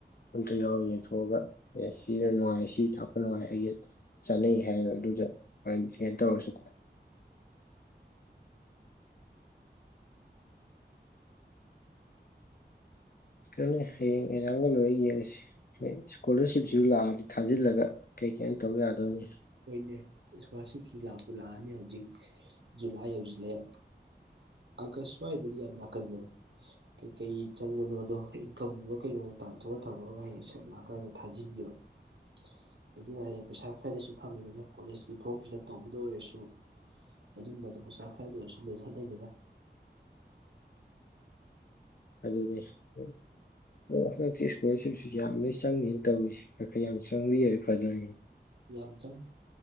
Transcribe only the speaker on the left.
ꯑꯝꯇ ꯌꯥꯎꯔꯒ ꯌꯦꯡꯊꯣꯛꯑꯒ ꯑꯦ ꯁꯤꯅ ꯅꯨꯡꯉꯥꯏ ꯁꯤ ꯇꯥꯛꯄ ꯅꯨꯡꯉꯥꯏ ꯑꯩꯒꯤ ꯆꯥꯅꯩ ꯍꯥꯌꯦꯕ ꯑꯗꯨꯗ <unintelligible> ꯇꯧꯔꯁꯨ ꯇꯟꯂꯦ ꯍꯌꯦꯡ ꯑꯦꯖꯥꯝꯒ ꯂꯣꯏꯔ ꯌꯦꯡꯉꯁꯤ꯫ ꯏꯁꯀꯣꯂꯥꯔꯁꯤꯞꯁꯤꯁꯨ ꯂꯥꯛꯑꯗꯤ ꯊꯥꯖꯤꯜꯂꯒ ꯀꯩ ꯀꯩꯅꯣ ꯇꯧ ꯌꯥꯗꯣꯅꯤ꯫
ꯑꯗꯨꯅꯦ <unintelligible> ꯏꯁꯀꯣꯂꯔꯁꯤꯞꯁꯨ ꯌꯥꯝꯃꯦ ꯆꯪꯅꯤ ꯇꯧꯔꯤꯁꯤ ꯈꯔ ꯈꯔ ꯌꯥꯝ ꯆꯪꯕꯤꯔ ꯐꯗꯣꯢꯅꯤ꯫